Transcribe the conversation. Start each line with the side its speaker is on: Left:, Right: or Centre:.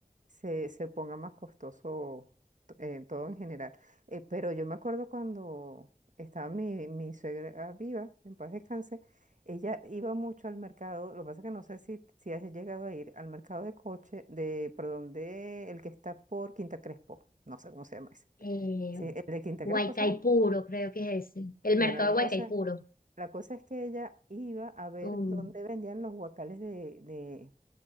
Right: se, se ponga más costoso t- eh, todo en general. Eh, pero yo me acuerdo cuando estaba mi, mi suegra viva, en paz descanse, ella iba mucho al mercado, lo que pasa es que no sé si, si has llegado a ir al mercado de coche, de, perdón, de el que está por Quinta Crespo, no sé cómo se llama ese.
Left: Eh,
Right: Sí, el de Quinta
Left: Guaycaipuro,
Right: Crespo será.
Left: creo que es ese. El
Right: Bueno,
Left: mercado
Right: la
Left: de Guaycaipuro.
Right: cosa la cosa es que ella iba a ver
Left: um,
Right: dónde vendían los guacales de, de